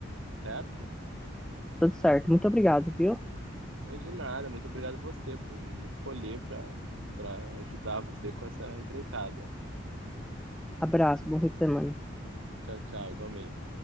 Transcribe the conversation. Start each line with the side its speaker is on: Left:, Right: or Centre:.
Right: tá certo?
Centre: Tudo certo. Muito obrigado, viu?
Right: Então, de nada, muito obrigado você por me escolher para para ajudar você com essa empreitada.
Centre: Abraço, bom fim de semana.
Right: Tchau, tchau, igualmente.